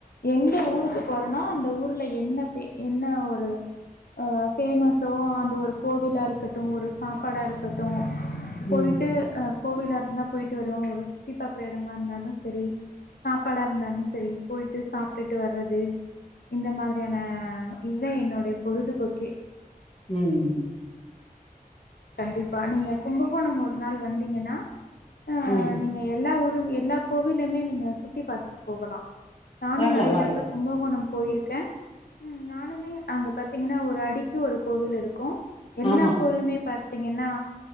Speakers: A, on the left (about 85°); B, on the left (about 35°).
A: எங்க ஊருக்கு போறேனா அந்த ஊர்ல என்ன பே என்ன ஒரு அ பேமஸ்ஸோஅந்த ஒரு கோவிலா இருக்கட்டும் ஒரு சாப்பாடா இருக்கட்டும் போயிட்டு
B: ம்
A: அ கோவில இருந்த போயிட்டு வருவோம் ஒரு சு சுத்தி பாகுற இடமா இருந்தாலும் சரி சாப்பாடா இருந்தாலும் சரி போயிட்டு சாப்பட்டுட்டு வர்றது இந்த மாரியான இதுதான் என்னுடைய பொழுதுபோக்கே
B: ம்
A: கண்டிப்பா நீங்க கும்பகோணம் ஒரு நாள் வந்தீங்கன்னா ஆ
B: ம்
A: நீங்க எல்லா ஊர் எல்லா கோவிலயுமே நீங்க சுத்தி பாத்துட்டு போகலாம் நானும்
B: வரலா
A: நெறைய
B: வரலா
A: தடவை கும்பகோணம் போயிருக்கேன் ம் நானுமே அங்க பத்தி பாத்தீங்கன்னா ஒரு அடிக்கு ஒரு கோவில் இருக்கும் எல்லா
B: ஆமா
A: கோயிலுமே ப பத்தீங்கன்னா